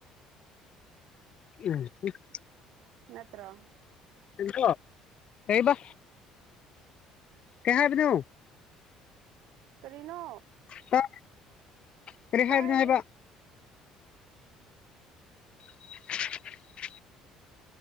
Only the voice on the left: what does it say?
<unintelligible>
ꯀꯔꯤꯅꯣ ꯀꯧꯕ ꯀꯩ ꯍꯥꯏꯕꯅꯣ
ꯆꯥ ꯀꯔꯤ
ꯍꯥꯏꯕꯅꯣ ꯍꯥꯏꯕ <unintelligible>